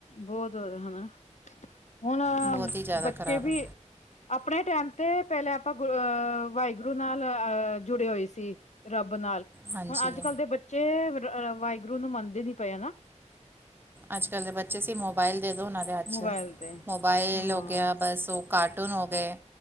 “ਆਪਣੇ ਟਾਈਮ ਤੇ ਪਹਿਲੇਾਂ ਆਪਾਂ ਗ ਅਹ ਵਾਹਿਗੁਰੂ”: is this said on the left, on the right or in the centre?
Left